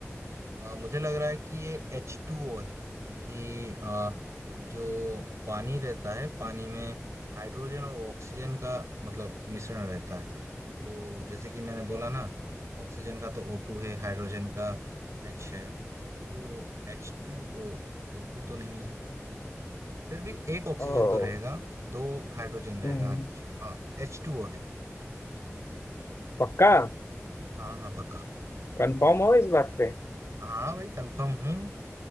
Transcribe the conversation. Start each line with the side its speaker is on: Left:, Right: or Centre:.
Right: अ, मुझे लग रहा है कि ये एच टू ओ है क्योंकि अ, जो पानी रहता है पानी में हाइड्रोजन और ऑक्सीजन का मतलब मिश्रण रहता है तो जैसे कि मैंने बोला ना ऑक्सीजन का तो ओ टू है हाइड्रोजन का एच है तो H two O O two तो नहीं है फिर भी एक ऑक्सीजन
Left: ओ
Right: तो रहेगा दो हाइड्रोजन रहेगा
Left: हम्म,
Right: अच्छा हाँ एच टू ओ है
Left: पक्का
Right: हाँ हाँ पक्का
Left: कंफर्म हो इस बात
Right: हाँ भाई कंफर्म हूँ